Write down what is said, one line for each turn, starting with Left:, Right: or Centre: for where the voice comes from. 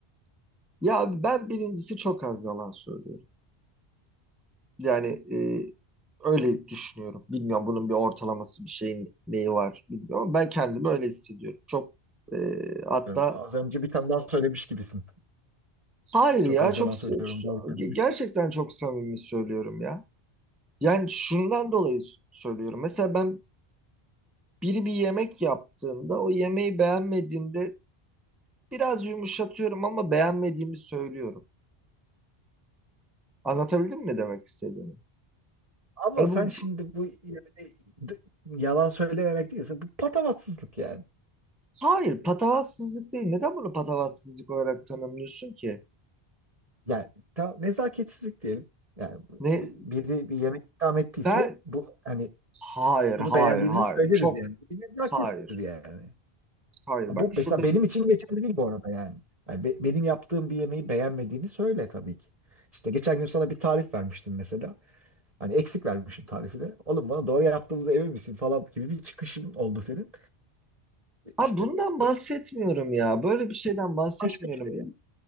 Centre: Ya ben birincisi çok az yalan söylüyorum. Yani e, öyle düşünüyorum. Bilmiyorum bunun bir ortalaması bir şeyin neyi var bilmiyorum. ama Ben kendimi öyle hissediyorum. Çok e, hatta
Right: Bilmiyorum. Az önce bir tane daha söylemiş gibisin.
Centre: hayır
Right: Çok
Centre: ya
Right: az
Centre: çok
Right: yalan söylüyorum
Centre: s- ç-
Right: derken.
Centre: gerçekten çok samimi söylüyorum ya. Yani şundan dolayı s- söylüyorum. Mesela ben biri bir yemek yaptığında o yemeği beğenmediğimde biraz yumuşatıyorum ama beğenmediğimi söylüyorum. Anlatabildim mi ne demek istediğimi?
Right: Ama
Centre: Yani
Right: sen
Centre: bu,
Right: şimdi
Centre: bu-
Right: bu yani d- yalan söylememek değilse bu patavatsızlık yani.
Centre: hayır patavatsızlık değil. Neden bunu patavatsızlık olarak tanımlıyorsun ki?
Right: Yani ta, nezaketsizlik diyelim. Yani
Centre: Ne
Right: bir, biri bir yemek ikram ettiyse
Centre: ben
Right: bu hani
Centre: hayır
Right: bunu
Centre: hayır
Right: beğendiğimizi
Centre: hayır
Right: söyleriz
Centre: çok
Right: yani. Bu Bir nezakettir
Centre: hayır
Right: yani.
Centre: hayır
Right: Bu
Centre: bak şurada
Right: mesela benim için geçerli değil bu arada yani. Yani be- benim yaptığım bir yemeği beğenmediğini söyle tabii ki. İşte geçen gün sana bir tarif vermiştim mesela. Hani eksik vermişim tarifi de. Oğlum bana doğru yaptığımıza emin misin falan gibi bir çıkışın oldu senin.
Centre: Abi
Right: İşte
Centre: bundan
Right: bu
Centre: bahsetmiyorum ya. Böyle bir şeyden bahsetmiyorum.
Right: bu başka bir şey yani.